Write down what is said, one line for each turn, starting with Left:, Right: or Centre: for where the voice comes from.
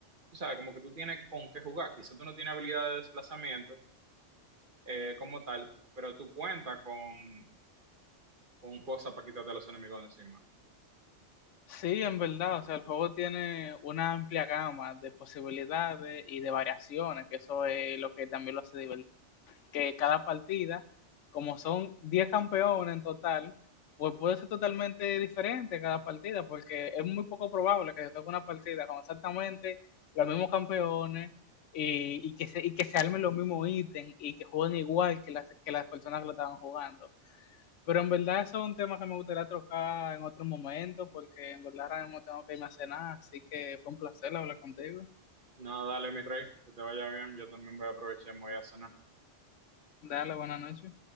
Right: Tú sabes, como que tú tienes con qué jugar. Quizás tú no tienes habilidad de desplazamiento eh, como tal, pero tú cuentas con, con cosas para quitarte a los enemigos de encima.
Left: Sí, en verdad, o sea, el juego tiene una amplia gama de posibilidades y de variaciones, que eso es lo que también lo hace divertido. que cada partida, como son 10 campeones en total, pues puede ser totalmente diferente cada partida, porque es muy poco probable que se toque una partida con exactamente los mismos campeones y, y que, se, y que se armen los mismos ítems y que jueguen igual que las, que las personas que lo estaban jugando. Pero en verdad eso es un tema que me gustaría tocar en otro momento, porque en verdad ahora mismo tengo que irme a cenar, así que fue un placer hablar contigo.
Right: No, dale, mi rey, que te vaya bien. Yo también voy a aprovechar y me voy a cenar.
Left: Dale, buenas noches.